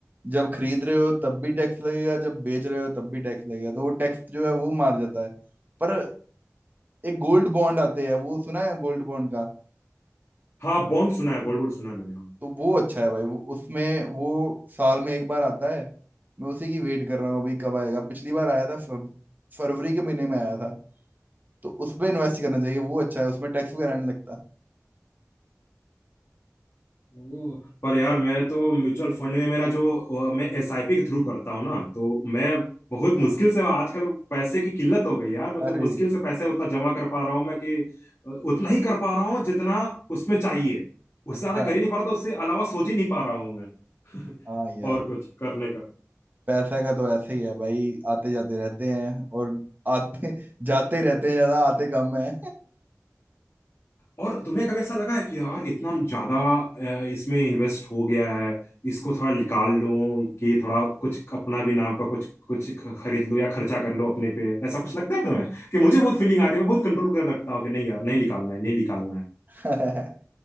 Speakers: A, on the right; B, on the left.
A: जब खरीद रहे हो तब भी टैक्स लगेगा जब बेच रहे हो तब भी टैक्स लगेगा तो वो टैक्स जो है वो मार जाता है पर एक गोल्ड बॉन्ड आते हैं वो सुना है गोल्ड बॉन्ड का
B: हाँ बॉन्ड सुना है गोल्ड बोल्ड सुना है मैंने हाँ।
A: तो वो अच्छा है भाई वो उसमें वो साल में एक बार आता है मैं उसी की वेट कर रहा हूँ अभी कब आएगा पिछली बार आया था फरव- फरवरी के महीने में आया था तो उस पे इन्वेस्ट करना चाहिए वो अच्छा है उसमें टैक्स वगैरह नहीं लगता
B: ओ, पर यार मैं तो म्यूचुअल फंड में मेरा जो अ, मैं एसआईपी के थ्रू करता हूँ ना तो मैं बहुत मुश्किल से आजकल पैसे की किल्लत हो गई यार मतलब
A: अरे
B: मुश्किल से पैसे उतना जमा कर पा रहा हूँ मैं कि अ, उतना ही कर पा रहा हूँ जितना उसमें चाहिए उससे
A: अच्छा
B: ज्यादा कर ही नहीं पा रहा था उससे अलावा सोच ही नहीं पा रहा हूँ मैं <laughs>
A: हाँ यार
B: और कुछ करने का
A: पैसे का तो ऐसे ही है भाई आते जाते रहते हैं और आते जाते ही रहते हैं ज्यादा आते कम है
B: और तुम्हें कभी ऐसा लगा है कि यार इतना ज्यादा अ, इसमें इन्वेस्ट हो गया है इसको थोड़ा निकाल लो कि थोड़ा कुछ अपना भी नाम का कुछ कुछ ख- खरीद लो या खर्चा कर लो अपने पे ऐसा कुछ लगता है तुम्हें कि मुझे बहुत फीलिंग आती है मैं बहुत कंट्रोल कर रखता हूँ कि नहीं यार नहीं निकालना है नहीं निकालना है
A: <laughs>